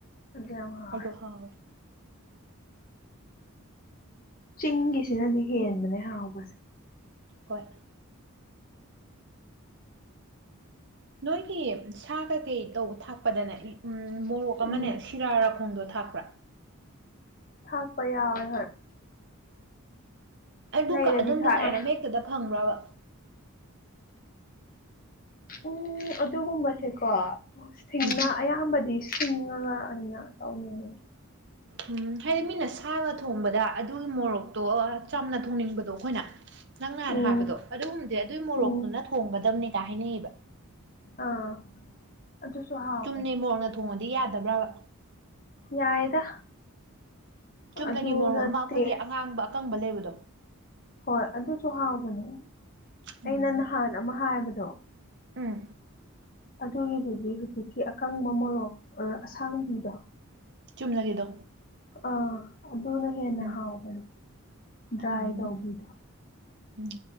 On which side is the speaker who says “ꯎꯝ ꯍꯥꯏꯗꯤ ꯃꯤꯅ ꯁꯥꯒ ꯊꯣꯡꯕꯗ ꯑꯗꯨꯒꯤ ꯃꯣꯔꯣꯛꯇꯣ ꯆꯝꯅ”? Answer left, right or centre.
Right